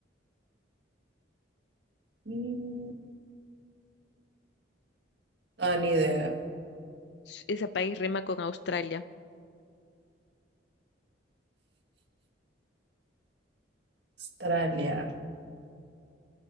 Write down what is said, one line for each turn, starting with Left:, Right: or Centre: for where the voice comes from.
Right: Mm, No, ni idea.
Left: S- Ese país rima con Australia,
Right: Australia.